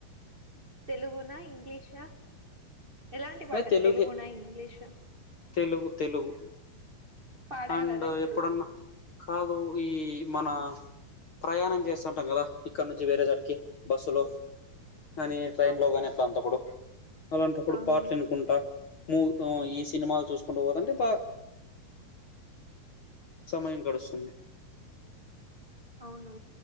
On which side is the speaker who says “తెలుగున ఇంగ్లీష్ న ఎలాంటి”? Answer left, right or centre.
Right